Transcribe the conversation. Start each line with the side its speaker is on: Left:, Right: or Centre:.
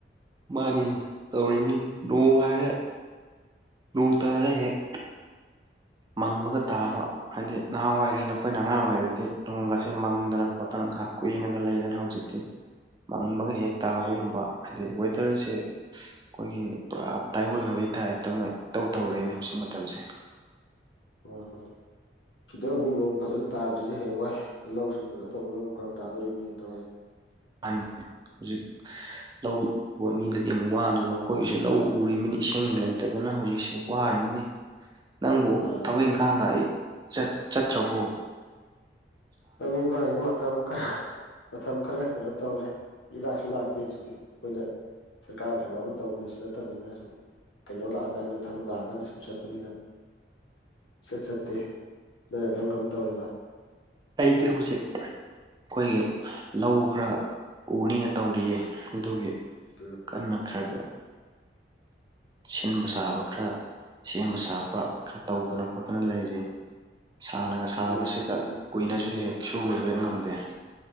Right: ꯃꯥꯟꯅꯤꯅꯦ ꯇꯧꯔꯤꯃꯤꯅꯤ ꯅꯣꯡ ꯉꯥꯏꯔꯦ ꯅꯣꯡ ꯇꯥꯔꯦ ꯍꯦꯛ ꯃꯪꯕꯒ ꯇꯥꯕ ꯍꯥꯏꯗꯤ ꯅꯍꯥꯟꯋꯥꯏꯒꯤꯅ ꯑꯩꯈꯣꯏꯅ ꯑꯉꯥꯡ ꯑꯣꯏꯔꯤꯉꯩꯗꯗꯤ ꯅꯣꯡꯒꯁꯦ ꯃꯪꯗꯅ
Left: ꯎꯝ
Right: ꯈꯣꯠꯇꯅ ꯉꯥꯏꯍꯥꯛ ꯀꯨꯏꯅꯒ ꯂꯩꯗꯅ ꯍꯧꯖꯤꯛꯇꯤ ꯃꯪꯕꯒ ꯍꯦꯛ ꯍꯦꯛ ꯇꯥꯕꯒꯨꯝꯕ
Left: ꯎꯝ
Right: ꯍꯥꯏꯗꯤ ꯋꯦꯗꯔꯁꯦ ꯈꯣꯏꯒꯤ ꯄꯨꯔꯥ ꯇꯥꯏꯌꯣꯟꯅꯕꯩ ꯇꯥꯏꯞꯇ ꯑꯃ ꯏꯇꯧ ꯇꯧꯔꯦꯅꯦ
Left: ꯃꯥꯅꯦ
Right: ꯍꯧꯖꯤꯛ
Left: ꯃꯥꯅꯦ
Right: ꯃꯇꯝꯁꯦ
Left: ꯍꯣꯏ ꯍꯣꯏ ꯁꯤꯗ ꯑꯃꯨꯛ ꯅꯣꯡ ꯐꯖꯅ ꯇꯥ꯭ꯔꯤꯁꯦ ꯍꯌꯦꯡꯋꯥꯏ ꯂꯧꯁꯤꯡ ꯀꯩꯅꯣ ꯇꯧꯕꯗ ꯑꯃꯨꯛ ꯐꯔꯛ ꯇꯥꯗꯣꯔꯤꯃꯤꯅꯦ ꯇꯧꯏꯁꯦ
Right: ꯃꯥ ꯅꯤ ꯍꯧꯖꯤꯛ ꯂꯧ ꯎꯕ ꯃꯤꯗꯗꯤ ꯑꯃꯨꯛ ꯋꯥꯗꯨꯔꯤꯕ ꯑꯩꯈꯣꯏꯒꯤꯁꯨ ꯂꯧ ꯎꯔꯤꯃꯤꯅꯤ ꯏꯁꯤꯡ ꯂꯩꯇꯗꯅ ꯍꯧꯖꯤꯛꯁꯦ ꯋꯥꯔꯤꯃꯤꯅꯦ
Left: <inaudible>
Right: ꯅꯪꯕꯨ
Left: ꯃꯥꯅꯤ
Right: ꯊꯕꯛ
Left: ꯃꯥꯅꯤ
Right: ꯏꯪꯈꯥꯡꯒ ꯑꯩ ꯆꯠ ꯆꯠꯇ꯭ꯔꯕꯣ
Left: ꯊꯕꯛ ꯏꯟꯈꯥꯡꯁꯦ ꯃꯇꯝ ꯈꯔ ꯃꯇꯝ ꯈꯔ ꯀꯩꯅꯣ ꯇꯧꯔꯦ ꯏꯂꯥꯛꯁꯨ ꯂꯥꯛꯇꯦ ꯍꯧꯖꯤꯛꯁꯦ ꯑꯩꯈꯣꯏꯅ ꯁꯔꯀꯥꯔ ꯊꯕꯛ ꯑꯃ ꯇꯧꯕꯅꯦꯁꯨ ꯅꯠꯇꯝꯅꯤꯅ ꯁꯨꯝ ꯀꯩꯅꯣ ꯂꯥꯛꯑꯀꯥꯟꯗ ꯊꯕꯛ ꯂꯥꯛꯑꯀꯥꯟꯗ ꯁꯨꯝ ꯆꯠꯄꯅꯤꯅ ꯁꯠ ꯆꯠꯇꯦ ꯅꯪꯅ ꯀꯔꯝ ꯀꯔꯝ ꯇꯧꯔꯤꯕ
Right: ꯑꯩꯗꯤ ꯍꯧꯖꯤꯛ ꯈꯣꯏꯒꯤ ꯂꯧ ꯈꯔ ꯎꯅꯤꯅ ꯇꯧꯔꯤꯌꯦ ꯑꯗꯨꯒꯤ
Left: ꯎꯝ
Right: ꯀꯟꯅ ꯈꯔꯒ ꯁꯤꯟꯕ ꯁꯥꯕ ꯈꯔ ꯁꯦꯝꯕ ꯁꯥꯕ ꯈꯔ ꯇꯧꯗꯅ ꯈꯣꯠꯇꯅ ꯂꯩꯔꯤ ꯁꯥꯅꯒ ꯁꯥꯕꯁꯤꯗ
Left: ꯐꯩ ꯐꯩ
Right: ꯀꯨꯏꯅꯁꯨ ꯍꯦꯛ ꯁꯨꯕꯁꯨ ꯍꯦꯛ ꯉꯝꯗꯦ